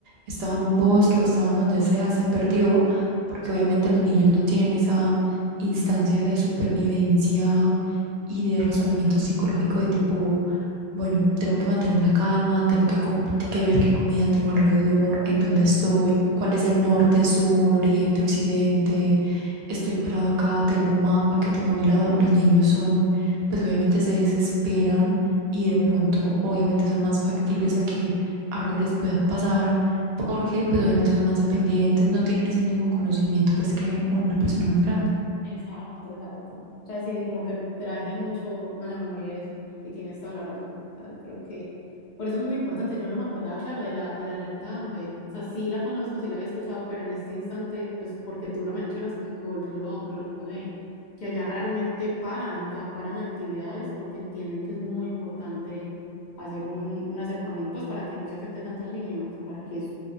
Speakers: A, on the right; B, on the left.
A: estaba en un bosque o estaba en donde sea, se perdió, porque obviamente los niños no tienen esa instancia de supervivencia y de razonamiento psicológico de
B: no,
A: tipo bueno, tengo que mantener la calma, tengo que, com- que ver qué comida tengo alrededor, en dónde
B: es,
A: estoy, cuál es el norte, sur, oriente, occidente. Estoy parado acá, tengo un mapa que tengo a mi lado. Los niños son, pues obviamente se desesperan y de pronto obviamente son más factibles a que algo les pueda pasar porque pues obviamente son más dependientes, no tienen ese mismo conocimiento pues que una persona más grande.
B: Exacto, exacto. O sea, sí, como que traje mucho a la memoria eso y tienes toda la razón. O sea, creo que por eso es muy importante. Yo no me acordaba, claro, de la, de la alerta Amber. O sea, sí la conozco, sí la había escuchado, pero en este instante, pues porque tú lo mencionas, como que volví, lo, lo recordé, que allá realmente paran, o sea, paran actividades porque entienden que es muy importante hacer un, un acercamiento, pues para que no se afecte tanto al niño, o sea, para que es